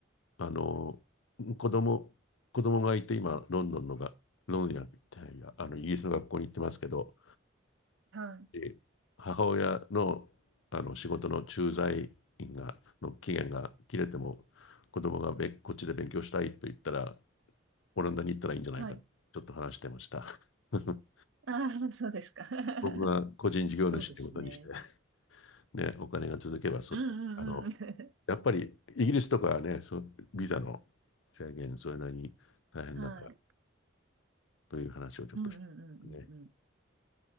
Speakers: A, on the left; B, on the right.
A: あの、子供、子供がいて今、ロンドンのが、ロンドンじゃないや、あの、イギリスの学校に行ってますけど、
B: い。はい。
A: で母親の、あの仕事の駐在員が、の期限が切れても、子供がべ、こっちで勉強したいと言ったら、オランダに行ったらいいんじゃないか、
B: はい。
A: ちょっと話してました。<laughs>
B: ああ、そうですか。<laughs>
A: 僕が個人事業主ってことにして、
B: そうですね。
A: ね、お金が続けばそ、
B: うん
A: あの、
B: うんうん。
A: やっぱりイギリスとかはね、そう、ビザの制限、それなりに大変だから、
B: <laughs> はい。
A: という話をちょっとしてね。
B: うんうんうんうんう
A: よ